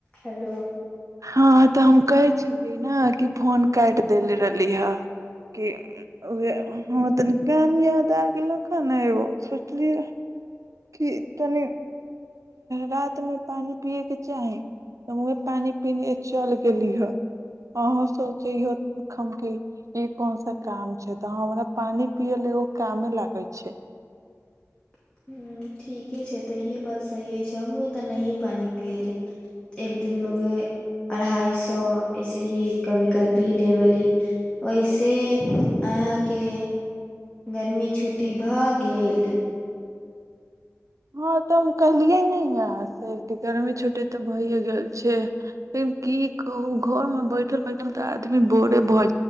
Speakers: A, on the left; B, on the right.
A: Hello
B: हँ तऽ हम कहै छलियै ने कि फोन काटि देले रहली ह कि उहे हां तनी काम याद आ गेलक हे ने एगो सोचलियै कि तनि रातिमे पानि पियएके चाही त उहे पानि पीने चल गेली ह अहू सोचैहे कि ई कोन सा काम छैय तऽ हमरा पानि पियै ल एगो कामे लागै छैय।
A: ह ठीके छै तऽ इहे बात सहीये छैय हमहुं तऽ नहिए पानी पिली एक दिनमे उ अढ़ाइ सौ ऐसे ही कभी काल पीले रहली वहिसे अहाँके गर्मी छुट्टी भऽ गेल
B: हँ तऽ हम कहलियै नहि न गर्मी छुटटी तऽ भहिए गेल छैय लेकिन की कहू घर मे बैठल बैठल तऽ आदमी बोरे भऽ